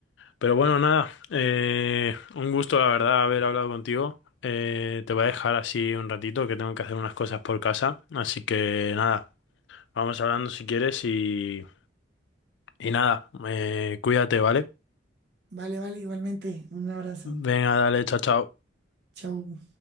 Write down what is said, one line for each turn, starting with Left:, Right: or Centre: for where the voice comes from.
Left: Pero bueno, nada, eh, un gusto la verdad haber hablado contigo. Eh, te voy a dejar así un ratito que tengo que hacer unas cosas por casa. Así que nada, vamos hablando si quieres y, y nada, eh, cuídate, ¿vale?
Right: Vale, vale, igualmente. Un abrazo.
Left: Venga, dale, chao, chao.
Right: Chau.